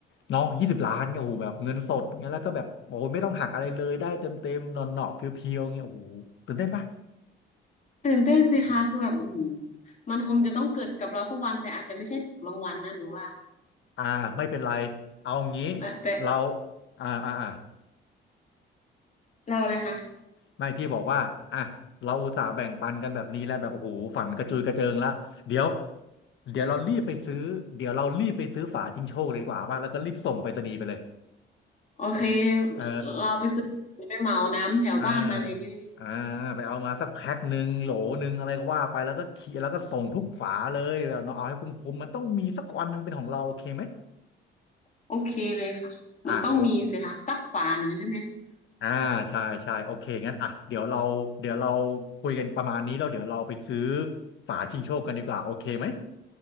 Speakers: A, on the left; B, on the left.
A: เนาะยี่สิบล้านเนี่ยโอ้โหแบบเงินสดเงี้ยแล้วก็แบบโอ้โหไม่ต้องหักอะไรเลยได้เต็มเต็มหนอนหนอเพียวเพียวๆเงี้ยโอ้โหตื่นเต้นปะ
B: ตื่นเต้นสิคะคือแบบอือหือมันคงจะต้องเกิดกับเราสักวันแต่อาจจะไม่ใช่ถูกรางวัลนะหนูว่า
A: อ่าไม่เป็นไรเอางี้
B: แต่แต่
A: เราอ่าอ่าอ่า
B: เราอะไรคะ
A: ไม่พี่บอกว่าอ่ะเราอุตส่าห์แบ่งปันกันแบบนี้แล้วแบบโอ้โหฝันกระจุยกระเจิงละเดี๋ยวเดี๋ยวเรารีบไปซื้อเดี๋ยวเรารีบไปซื้อฝาชิงโชคเลยดีกว่าป่ะแล้วก็รีบส่งไปรษณีย์ไปเลย
B: โอเค
A: เออ
B: เราไปซื้อไปเหมาน้ำแถวบ้านมาเลยนี่ไหมเนี่ย
A: อ่าอ่าไปเอามาสักแพ็คหนึ่งโหลหนึ่งอะไรก็ว่าไปแล้วก็เขียแล้วก็ส่งทุกฝาเลยแบบเนาะเอาให้คุ้มๆมันต้องมีสักวันมันเป็นของเราโอเคไหม
B: โอเคเลยค่ะมันต้องมีสิคะสักฝาหนึ่งใช่ไหม
A: อ่าโออ่าใช่ใช่โอเคงั้นอ่ะเดี๋ยวเราเดี๋ยวเราคุยกันประมาณนี้แล้วเดี๋ยวเราไปซื้อฝาชิงโชคกันดีกว่าโอเคไหม